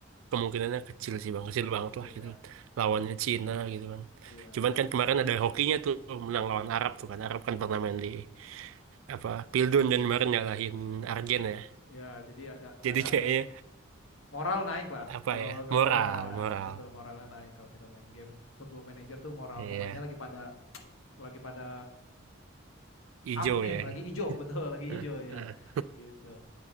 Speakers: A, on the right (about 90°); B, on the left (about 90°).
A: kemungkinannya kecil sih bang kecil banget
B: kecil
A: lah
B: ya
A: gitu kan. Lawannya Cina gitu kan.
B: iya
A: Cuman kan kemarin ada hokinya tuh menang lawan Arab tuh kan Arab kan pernah
B: ya
A: main di apa Pildun dan kemarin ngalahin Argen ya.
B: Ya, jadi ada ada
A: Jadi kayaknya
B: ada moral naik lah.
A: apa
B: Kalau
A: ya
B: kalau
A: moral
B: ya
A: moral.
B: betul moralnya naik kalau kita main game Football Manager tuh moral
A: Iya
B: pemainnya lagi pada lagi pada
A: hijau
B: up nih
A: ya.
B: lagi hijau <laughs> betul lagi
A: Heeh,
B: hijau ya
A: heeh.
B: gitu